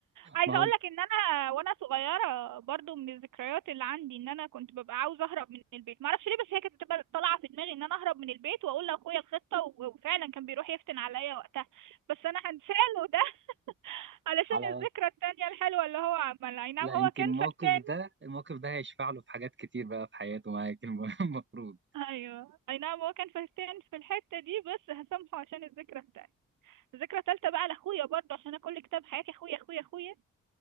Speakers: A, on the right (about 75°); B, on the right (about 35°).
A: عايزة
B: ما هو
A: اقولك ان انا وانا صغيرة برضو من الذكريات اللي عندي ان انا كنت ببقى عاوزة اهرب من البيت معرفش ليه بس هي كانت بتبقى طالعة في دماغي ان انا اهرب من البيت واقول لاخويا الخطة و- وفعلا كان بيروح يفتن عليا وقتها بس انا هنساله ده <laughs> علشان
B: على
A: الذكرى التانية الحلوة اللي هو عملها اي نعم
B: لا انت
A: هو كان
B: الموقف
A: فقتان
B: ده الموقف ده هيشفع له في حاجات كتير بقى في حياته معاك الم- <laughs> المفروض
A: ايوه اي نعم هو كان فهتان في الحته دي بس هسامحه عشان الذكرى التانية الذكرى التالتة بقى لاخويا برضه عشان انا كل كتاب حياتي اخويا اخويا اخويا